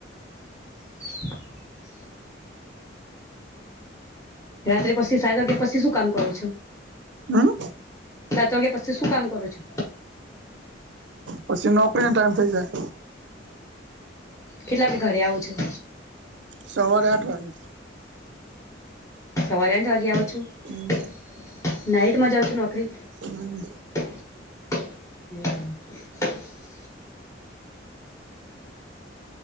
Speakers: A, on the left; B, on the right.
A: <inaudible> રાત્રે પછી સાત વાગ્યા પછી શું કામ કરો છો
B: હમ
A: સાત વાગ્યા પછી શું કામ કરો છો
B: પછી નોકરીનો ટાઈમ થઇ જાય
A: કેટલા કે ઘરે આવું છું
B: સવારે આઠ વાગે
A: સવારે આઠ વાગ્યા આવો છો શું
B: હમ
A: નાઈટમાં જાવ છો નોકરી
B: હમ
A: <unintelligible> <unintelligible>